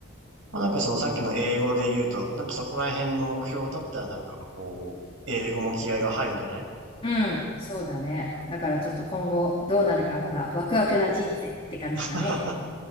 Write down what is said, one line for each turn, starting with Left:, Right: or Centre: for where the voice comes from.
Right: まあ、なんかそのさっきの英語で言うと、なんかそこら辺の目標を立ったらなんかこう、英語も気合が入るんじゃない
Left: うん、そうだね。だからちょっと今後どうなるかまだワクワクな人生って感じだね。
Right: <laughs>